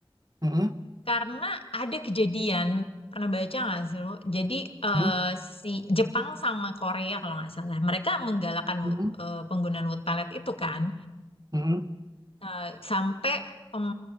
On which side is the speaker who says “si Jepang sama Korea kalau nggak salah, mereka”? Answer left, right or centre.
Left